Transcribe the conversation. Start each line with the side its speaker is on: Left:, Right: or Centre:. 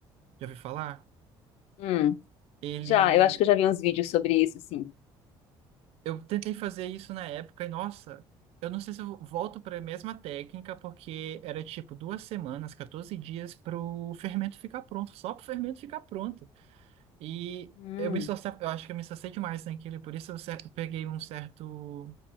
Right: Já ouviu falar?
Left: Hum.
Right: Ele.
Left: Já, eu acho que eu já vi uns vídeos sobre isso, sim.
Right: Eu tentei fazer isso na época e, nossa, eu não sei se eu volto para a mesma técnica, porque era tipo duas semanas, 14 dias pro fermento ficar pronto, só pro fermento ficar pronto. E
Left: Hum.
Right: eu me esforçava, eu acho que eu me esforcei demais naquilo, e por isso eu cer- eu peguei um certo